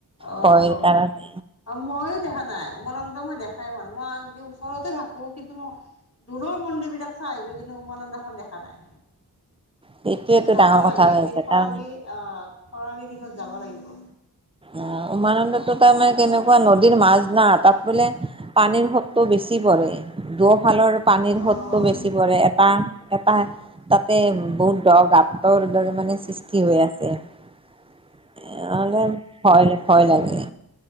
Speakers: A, on the left (about 50°); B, on the right (about 15°).
A: অ'
B: ভয়ৰ কাৰণে
A: অ মইয়ো দেখা নাই উমানন্দ মই দেখাই পোৱা নাই মই আনকি ওচৰতে থাকো কিন্তু মই দূৰৰ মন্দিৰ বিলাক চাই আহিলো কিন্তু উমানন্দখন দেখা নাই
B: সেইটোৱেতো
A: যাব
B: ডাঙৰ কথা
A: লাগে
B: হৈ
A: একদিন
B: আছে
A: খৰালি
B: কাৰণ
A: অ খৰালি দিনত যাব লাগিব।
B: অ উমানন্দটো তাৰমানে কেনেকুৱা নদীৰ মাজ না তাত বোলে পানীৰ সুটটো বেছি পৰে দুফালৰ পানীৰ
A: অ', অ',
B: সুটটো বেছি পৰে এটা এটা তাতে বহুত দ' গাতৰ দৰে মানে সৃষ্টি হৈ আছে। <unintelligible> ভয় ভয় লাগে